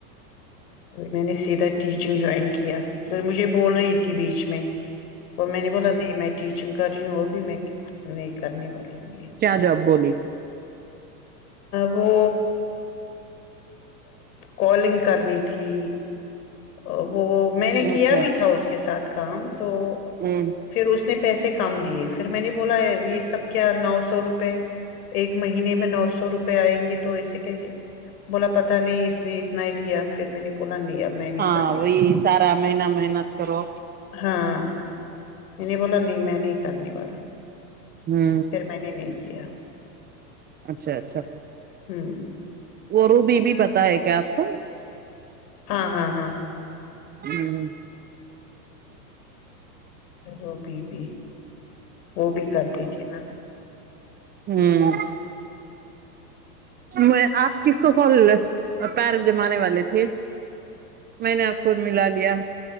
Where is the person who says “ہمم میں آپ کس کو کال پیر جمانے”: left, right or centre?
Right